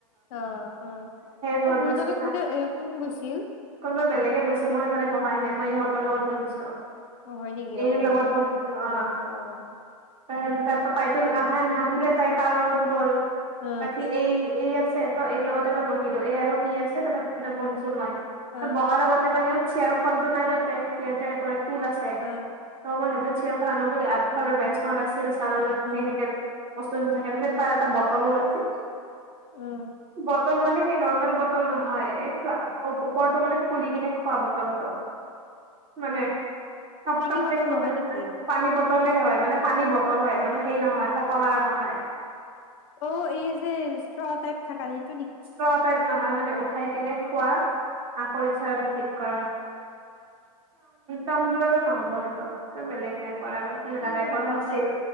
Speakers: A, on the left; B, on the right.
A: অ', অ',
B: ঘৰত
A: অ', মোৰ
B: গৈছিল
A: জাগাত
B: না।
A: মলে এ কোন গৈছিল?
B: কোনোবা বেলেগে বৈছে মই বহাই নাই মই ইহঁতৰ লগত বহিছো।
A: অ', হয় নেকি
B: এইৰ
A: অ',
B: লগত
A: তেনেহ'লে
B: বহিছো
A: ঠিকে
B: অ'।
A: আছে অ'।
B: ত' সেনেকা ত' তাইতো আহে নাহিলে তাই তাৰ ঘৰত গ'ল।
A: অ
B: বাকী এই এই আ আছে ত' এই লগতে মই বহিলো এই আৰু সি আছে তাতেতে বহিছো মই।
A: অ
B: বহাৰ আগতে মানে চিয়াৰ খনো নাই তাতে সিহঁতে তেনেক ফুল আছে
A: অ
B: তইমই হেবিত চেয়াৰখন আনো বুলি আগফালৰ বেঞ্চখনত আছিল। চাৰলৈ
A: উম
B: চাই থাকে। বস্তু থাকে তাৰ এটা বটলো আছিল।
A: উম
B: বটল মানে সেই নৰ্মেল বটল নহয় এই ওপৰতটো মানে খুলি কিনে খোৱা বল। তলত মানে তব
A: পানী
B: তবক
A: বটল
B: খুলে
A: নহয় নেকি
B: পানী ব বটলে হয় মানে পানী বটল হয় মানে সেই নহয় খোপা মৰা নহয়।
A: অ', এই যে ষ্ট্ৰটাইপ থাক ন'।
B: ইষ্ট্ৰৰ তাইপ ন' নহয় মানে উঠাই কিনে খোৱা আকৰি থয় আৰু ঠিক কৰা। তামলৰ নহ'ব সিত বেলেগ টাইপ পাৰ সেনেকা
A: কি
B: তাইপৰ
A: বা হয় বাদ
B: আছিল
A: দে